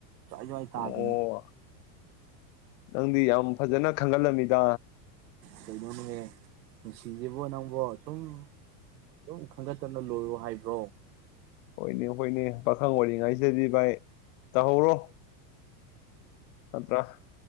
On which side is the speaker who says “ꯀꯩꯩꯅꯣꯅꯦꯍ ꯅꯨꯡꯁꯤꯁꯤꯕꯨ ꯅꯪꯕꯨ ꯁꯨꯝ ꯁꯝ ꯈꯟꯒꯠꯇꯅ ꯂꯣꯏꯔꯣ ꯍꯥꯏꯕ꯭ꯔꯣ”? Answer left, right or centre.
Right